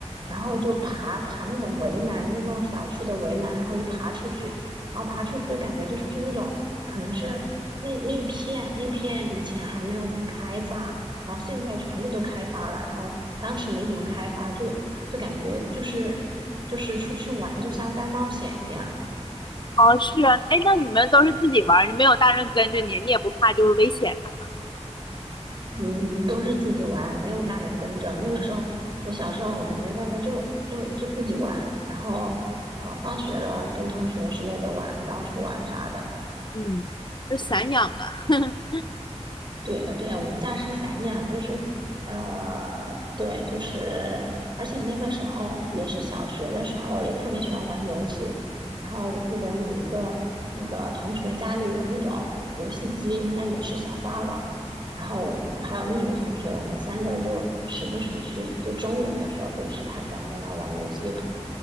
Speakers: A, on the right; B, on the left.
A: 然后就爬爬那种围栏，就那种小区的围栏，然后就爬出去，然后爬出去感觉就是那种可能是那那片那片以前还没有怎么开发。然后现在全部都开发了，然后当时没怎么开发，就就感觉就是就是出去玩就像在冒险一样，
B: 哦，是啊，哎，那你们都是自己玩儿，你没有大人跟着你，你也不怕就是危险啥
A: 嗯，都是自己玩，没有大人跟着。那个时候我小时候，我感觉大家就就就自己玩，然后呃放学了跟同学之类的玩，到处玩啥的。
B: 嗯，就散养的。<laughs>
A: 对对，我们家是散养，就是呃，对，就是，而且那个时候也是小学的时候，也特别喜欢玩游戏。然后我记得有一个那个同学家里有那种游戏机，应该也是小霸王。然后我们还有另一个同学，我们三个就时不时去，就中午的时候就去他家在那玩游戏呢。